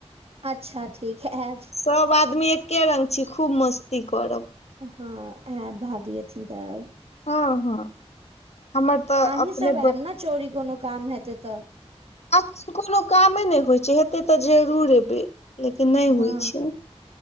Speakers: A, on the right; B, on the left.
A: अच्छा ठीक हे ऐब।
B: सब आदमी एक्के रंग छी खूब मस्ती करब।
A: हँ ऐब भाबी एथिन तऽ ऐब
B: हँ हँ। हमर तऽ
A: अहीं
B: अपने
A: सब ऐब न चोरी कोनो काम हेतै तऽ।
B: अखन कोनो कामे नै होय छै हेतै तऽ जरूर एबै। लेकिन नै
A: हँ
B: होय छै